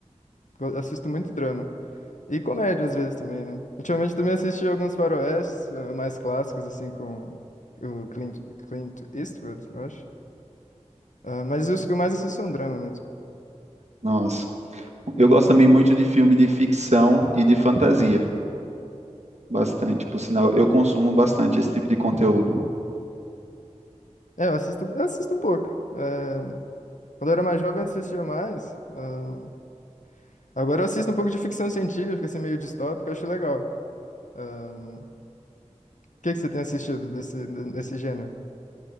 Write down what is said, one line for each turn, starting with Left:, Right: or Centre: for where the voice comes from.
Left: eu assisto muito drama. E comédia às vezes também, né? Ultimamente também assisti alguns faroestes eh, mais clássicos, assim, com o Clint, Clint Eastwood, eu acho. Ah, mas os que eu mais assisto são drama mesmo.
Right: Nossa, eu gosto também muito de filme de ficção e de fantasia. Bastante, por sinal, eu consumo bastante esse tipo de conteúdo.
Left: É, eu assisto, eu assisto um pouco. Eh, quando eu era mais jovem, eu assistia mais. Ahn, agora eu assisto um pouco de ficção científica, assim, meio distópica, eu acho legal. Ahn, O que que você tem assistido desse, desse gênero?